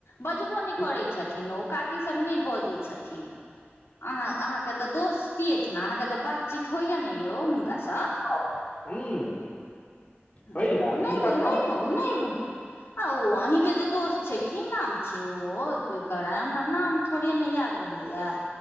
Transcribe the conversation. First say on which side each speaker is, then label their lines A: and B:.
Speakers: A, on the left; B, on the left.
A: बजबो नहि
B: हूँ
A: करै छ थिन, ओ काकी सब नहि बजै छथीन, अहाँ-अहाँके तऽ दोस् ती अछि नऽ, अहाँके तऽ बातचीत होइए नहि यौ हुनका सँ।
B: हँ हूं
A: नहि
B: होइए किनका
A: नहि
B: सँ।
A: नहि बै आ ओ अहीं के जे दोस्त छै, की नाम छै ओ ओ केकर हमरा नाम थोड़िये नहि याद रहैया।